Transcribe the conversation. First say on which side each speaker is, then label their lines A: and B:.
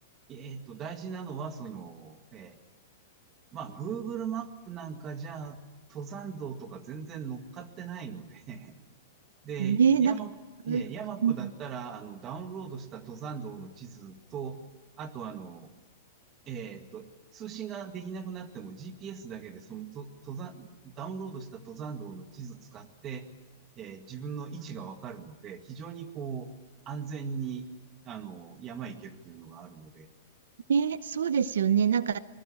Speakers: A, on the right; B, on the right.
A: えーっと、大事なのはその、えーまあ、Google マップなんかじゃ、登山道とか全然乗っかってないので <laughs> で、
B: ね、
A: ヤマ、
B: なんか、
A: えーヤマップだったら、
B: ううん。
A: あの、ダウンロードした登山道の地図と、あとあの、えーっと、通信ができなくなっても GPS だけでそのと登山、ダウンロードした登山道の地図使って、えー自分の位置がわかるので、非常にこう、安全に、あの、山へ行けるというのがあるので、
B: ね、そうですよね。なんか、